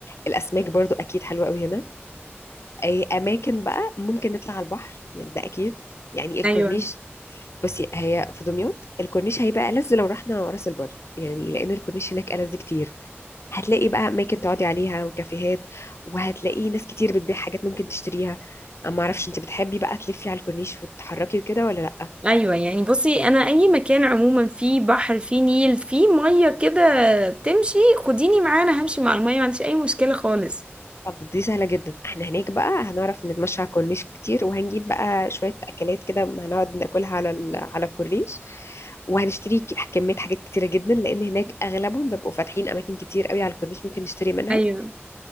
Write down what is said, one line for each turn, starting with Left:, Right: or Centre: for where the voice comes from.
Left: الأسماك برضو أكيد حلوة أوي هنا أي أماكن بقى ممكن نطلع على البحر يعني ده أكيد يعني الكورنيش
Right: ايوه
Left: بصي هي في دمياط الكورنيش هيبقى ألذ لو رحنا راس البر يعني لأن الكورنيش هناك ألذ كتير هتلاقي بقى أماكن تقعدي عليها وكافيهات وهتلاقي ناس كتير بتبيع حاجات ممكن تشتريها أما معرفش أنت بتحبي بقى تلفي على الكورنيش وتتحركي وكده ولا لأ
Right: ايوه يعني بصي انا اي مكان عموما فيه بحر فيه نيل فيه ميه كده بتمشي خديني معايا انا همشي مع الميه ما عنديش اي مشكله خالص
Left: طب دي سهلة جدا احنا هناك بقى هنعرف نتمشى على الكورنيش كتير وهنجيب بقى شوية أكلات كده هنقعد ناكلها على ال- على الكورنيش وهنشتري ك- كمية حاجات كتيرة جدا لأن هناك أغلبهم بيبقوا فاتحين أماكن كتير قوي على الكورنيش ممكن نشتري منها
Right: ايوه